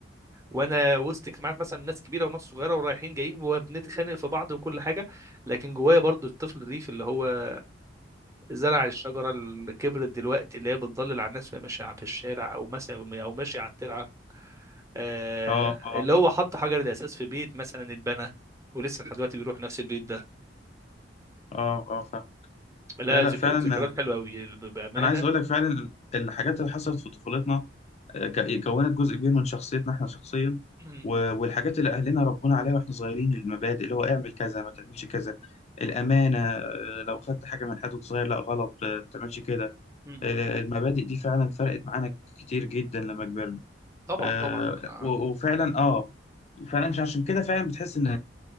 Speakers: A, on the right; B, on the left.
A: وانا وسط اجتماعات مثلا ناس كبيره وناس صغيره ورايحين جايين وبنتخانق في بعض وكل حاجه لكن جوايا برضو الطفل الريفي اللي هو زرع الشجرة اللي كبرت دلوقتي اللي هي بتضلل على الناس وهي ماشية في الشارع أو مثلا أو ماشية على الترعة آه،
B: اه اه
A: اللي هو حط حجر الأساس في بيت مثلا اتبنى ولسه لحد دلوقتي بيروح نفس البيت ده
B: اه اه فاهم
A: لا
B: لا لا
A: ذك...
B: فعلا
A: ذكريات
B: آه،
A: حلوة أوي بأمانة
B: انا عايز اقول لك فعلا الحاجات اللي حصلت في طفولتنا آه، ك- كونت جزء كبير من شخصيتنا احنا شخصيا
A: مم،
B: و- والحاجات اللي اهلنا ربونا عليها واحنا صغيرين المبادئ اللي هو اعمل كذا ما تعملش كذا الامانه آه، لو خدت حاجه من حد وأنت صغير لا غلط آه، ما تعملش كده
A: مم.
B: آه، المبادئ دي فعلا فرقت معانا كتير جدا لما كبرنا
A: طبعا
B: آه،
A: طبعا أنا-
B: و- وفعلا اه فعلا مش عشان كده فعلا بتحس ان